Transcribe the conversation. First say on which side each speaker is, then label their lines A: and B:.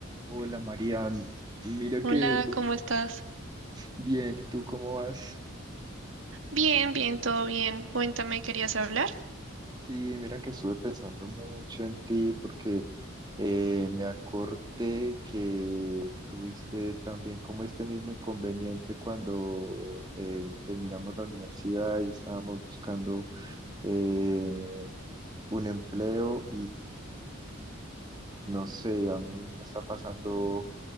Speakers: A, on the right; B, on the right.
A: Hola María, mira que
B: Hola,
A: des-
B: ¿cómo estás?
A: bien, ¿y tú cómo vas?
B: Bien, bien, todo bien. Cuéntame, ¿querías hablar?
A: Sí, mira que estuve pensando mucho en ti porque eh, me acordé que tuviste también como este mismo inconveniente cuando eh, terminamos la universidad y estábamos buscando eh, un empleo No sé, a mí me está pasando